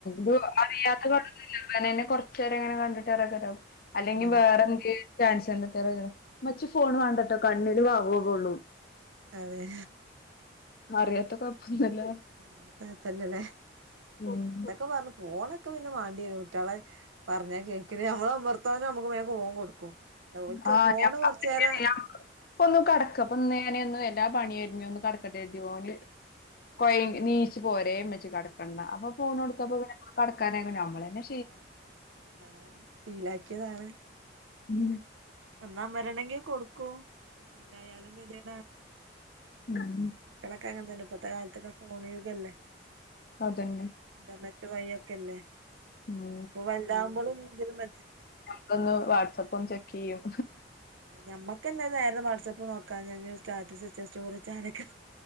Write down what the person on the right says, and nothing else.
അതെ
അതെ
അറിയാത്ത കൊഴ്പ്പല്ല ലേ
അതൊക്കെ പർഞ്ഞു ഫോണൊക്കെ പിന്നെ വാണ്ടിരും കുട്ടിയാളെ പറഞ്ഞാ കേൾക്ക ഞമ്മള് അമർത്താവന നമ്മുക്ക് വേം ഫോൺ കൊടുക്കും ഓൽക്ക്
ഫോണ്
കൊർച്ചേരം
ആഹ് അതാണ് ശീലാക്കിയതാണ്
ഒന്നമരണെങ്കിൽ കൊടുക്കും ശീലായാലും കെതിയെടാണ്
മക്കളൊക്കെ അങ്ങൻ തന്നെ ഇപ്പത്തെ കാലത്തൊക്കെ ഫോൺ യുഗല്ലേ
ഇന്താ മറ്റ് വഴിയൊക്കെ അല്ലേ
ഇപ്പൊ വലുതാവകുമ്പോളും ഇതിലും മതി
ഞമ്മക്ക്ന്നെഒരു നേരം വാട്സ്ആപ്പ് നോക്കാ സ്റ്റാറ്റസ് വെച്ചോ സ്റ്റോറിനൊക്കെ